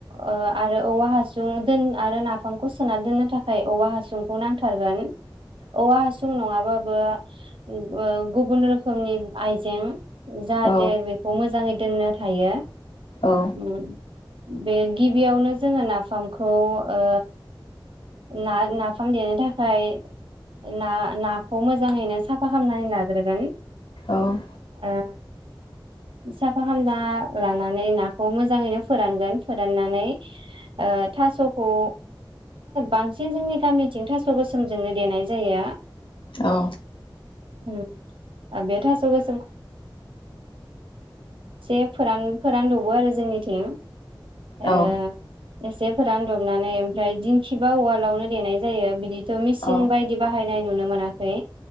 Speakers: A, on the right; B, on the left.
A: ओ आरो औवा हासुं दोन आरो नाफामखौ सोना दोननो थाखाय औवा हासुं खौ नांथारगोन। औवा हासुं नङाबा बा बा गुबुन रोखोमनि आइजें। जाहाथे
B: औ
A: बेखौ मोजाङै दोननो थायो।
B: औ
A: ओम। बे गिबियावनो जोङो नाफामखौ ओ ना नाफा फाम देनो थाखाय, ना नाखौ मोजाङैनो साफा खामनानै लाग्रोगोन।
B: औ।
A: ओ साफा खामना लानानै नाखौ मोजाङैनो फोरानगोन, फोराननानै ओ थासखौ बांसिन जोंनि गामि। थास गोसोमजोंनो देनाय जायो।
B: औ।
A: ओम आ बे थास गोसोम इसे फोरान फोरान दबो आरो जोंनिथिं। ओ
B: औ
A: एसे फोरानदबनानै ओमफ्राय दिंखिबा उवालावनो देनाय जायो बिदि थ मिसिं
B: औ
A: बायदि बाहाय नाय नुनो मोनाखै।